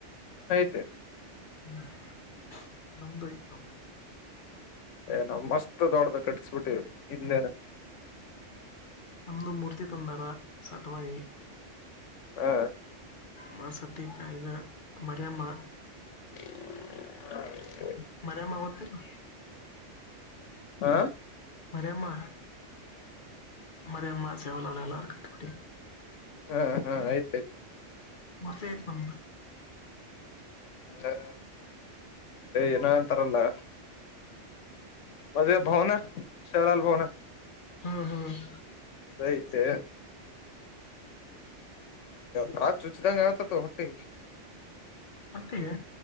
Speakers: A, on the left; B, on the left.
A: ಹು. <inaudible>
B: ಹ್ಮ್ ನಮ್ದು ಆಯ್ತ್ ನೋಡು.
A: ಏ ನಾವ ಮಸ್ತ್ ದೊಡ್ದ ಕಟ್ಟಿಸಬಿಟ್ಟಿವವಿ ಇನ್ನೇನ.
B: ಒಂದು ಮೂರ್ತಿ ತಂದಾರ ಸಟ್ವಾಯಿ.
A: ಹ
B: ಮಾಸತಿ ಕಾಯ್ದ ಮರೆಯಮ್ಮ.
A: ಹೌ. <inaudible>
B: ಮರೆಯಮ್ಮ ಗೊತ್ತಿಲ್ಲ.
A: ಹಾ.
B: ಮರಿಮ್ಮ ಮರಿಮ್ಮ ಸೇವಲಾಲ ಎಲ್ಲಾಕಟ ಬಿ.
A: ಹಾ ಹಾ ಆಯ್ತಾ ಆಯ್ತಾ.
B: ಮೂರ್ತಿ ಆಯ್ತಿ ನಮ್ದ.
A: ಹ ಏನ ಅಂತಾರಲ್ಲ ಮದೆ ಭಾವನಾ ಶರಾಲ ಭಾವನಾ.
B: ಹ್ಮ್ ಹ್ಮ್.
A: ಅದ ಆಯ್ತಿ. ಭಾಳ ಚೂಚಿದಂಗ ಅಗಾತೆತೋ ಹೊಟ್ಟಿ.
B: ಮಟ್ಟಿಗೆ